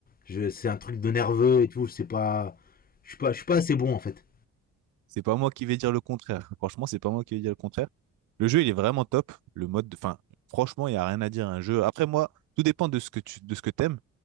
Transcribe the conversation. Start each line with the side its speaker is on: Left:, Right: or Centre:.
Left: Je, c'est un truc de nerveux et tout, c'est pas. Je suis pas, je suis pas assez bon en fait.
Right: C'est pas moi qui vais dire le contraire. Franchement, c'est pas moi qui vais dire le contraire. Le jeu, il est vraiment top. Le mode, de- enfin, franchement, il n'y a rien à dire. Un jeu. Après, moi, tout dépend de ce que tu, de ce que t'aimes.